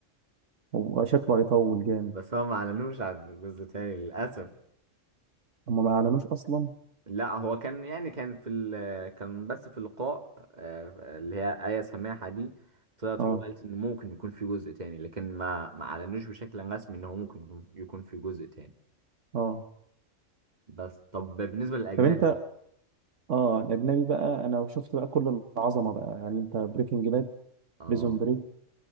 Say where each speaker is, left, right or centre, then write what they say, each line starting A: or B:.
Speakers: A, on the right; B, on the right.
A: هو شكله هيطول جامد
B: بس هو ما أعلنوش عن جزء تاني للأسف
A: هما ما اعلنوش اصلا
B: لا هو كان يعني كان في ال... كان بس في اللقاء آه، اللي هي آية سماحة دي طلعت
A: اه
B: وقالت إن ممكن يكون في جزء تاني لكن ما ما أعلنوش بشكل رسمي إن هو ممكن يكون يكون في جزء تاني
A: اه
B: بس طب بالنسبة للأجنبي
A: طب انت اه الاجنبي بقى انا شفت بقى كل العظمه بقى يعني انت بريكنج باد
B: اه
A: بريزون بريك